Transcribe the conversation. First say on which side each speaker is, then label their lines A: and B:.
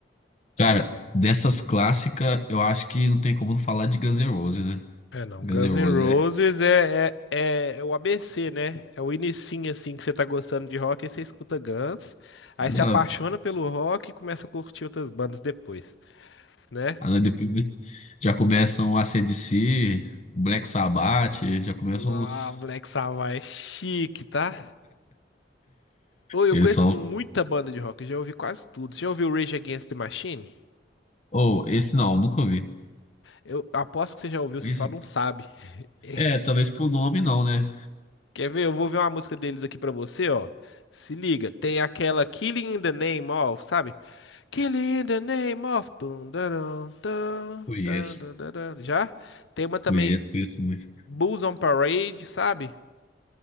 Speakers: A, on the left; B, on the left.
A: Cara, dessas clássicas, eu acho que não tem como não falar de Guns N' Roses, né?
B: É, não.
A: Guns
B: Guns
A: N' Roses
B: N' Roses
A: é.
B: é, é, é é o ABC, né? É o inicinho, assim, que você tá gostando de rock, aí você escuta Guns, aí se
A: Ah,
B: apaixona pelo rock e começa a curtir outras bandas depois, né?
A: ah, depois já começam o AC/DC, Black Sabbath, já começam
B: Ah,
A: os.
B: Black Sabbath é chique, tá? Ô, eu
A: Eles
B: conheço
A: são
B: muita banda de rock, eu já ouvi quase tudo. Você já ouviu Rage Against the Machine?
A: Ou esse não, nunca ouvi.
B: Eu aposto que você já ouviu, você
A: Esse-
B: só não sabe. <laughs>
A: É, É, talvez por nome não, né?
B: Quer ver? Eu vou ver uma música deles aqui pra você, ó. Se liga, tem aquela Killing in the Name of, sabe? Killing in the Name of. Tum, darum, tum,
A: Conheço,
B: tum, dum, darum. Já? Tem uma também,
A: conheço, conheço muito.
B: Bulls on Parade, sabe?